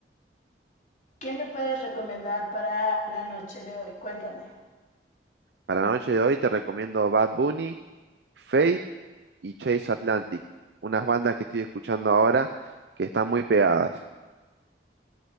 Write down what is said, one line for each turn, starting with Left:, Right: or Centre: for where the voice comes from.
Left: ¿Qué me puedes recomendar para la noche de hoy? Cuéntame.
Right: Para la noche de hoy te recomiendo Bad Bunny, Fate y Chase Atlantic, unas bandas que estoy escuchando ahora que están muy pegadas.